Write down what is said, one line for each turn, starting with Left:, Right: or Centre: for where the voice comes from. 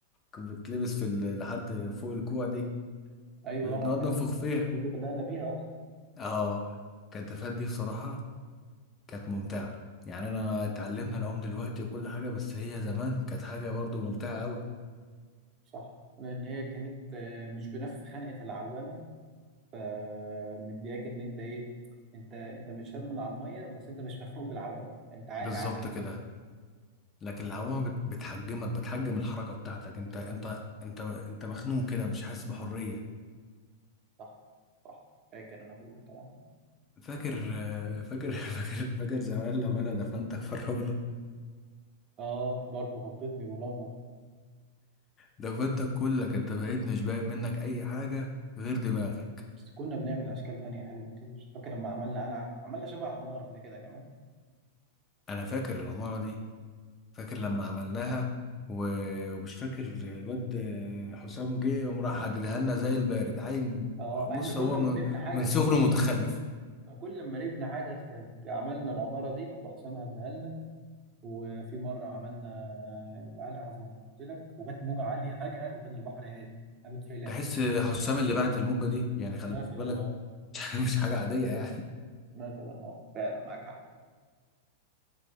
Left: كانت بتتلبس في ال- لحد فوق الكوع دي
Right: أيوه
Left: بنقعد
Right: طبعا فاكر
Left: ننفخ فيها
Right: دي اللي بدأنا بيها أصلا
Left: اه الكتافات دي بصراحة كانت ممتعة يعني انا اتعلمنا العوم دلوقتي وكل حاجة بس هي زمان كانت حاجة برضو ممتعة قوي
Right: صح لأن هي كانت آه، مش بنفس خنقة العوامة فمدياك إن أنت إيه أنت أنت مش شرمن على المية بس أنت مش مخنوق بالعوامة أنت عادي
Left: بالظبط
Right: عادي
Left: كده لكن العوامة بت- بتحجمك بتحجم الحركة بتاعتك انت انت
Right: أه
Left: انت انت مخنوق كده مش حاسس بحرية
Right: صح صح فاكر أنا كل الكلام ده.
Left: فاكر آه، فاكر <laughs> فاكر فاكر زمان لما انا دفنتك في الرملة
Right: اه برضه حطيتني بولندا
Left: دفنتك كلك انت بقيت مش باين منك اي حاجة غير دماغك
Right: بس كنا بنعمل اشكال تانية حلوه كتير فاكر لما عملنا قلعه عملنا شبه عماره قبل كده كمان
Left: انا فاكر العمارة دي فاكر لما عملناها و- ومش فاكر الواد آه، حسام جه يوم راح حددها لنا زي البارد عيل
Right: اه
Left: بص
Right: احنا كل
Left: هو من
Right: ما نبني حاجه
Left: من
Right: تتهد
Left: صغره متخلف
Right: كل ما نبني حاجه تتهد عملنا العماره دي وحسام هدها لنا وفي مره عملنا قلعه زي ما قلت لك وجت موجه عاليه فجاه وكان البحر هادي قامت شايلاها
Left: تحس حسام اللي بعت الموجة دي يعني خلي
Right: مثلا
Left: بالك
Right: اه
Left: <laughs> مش حاجة عادية يعني
Right: مثلا اه فعلا معاك حق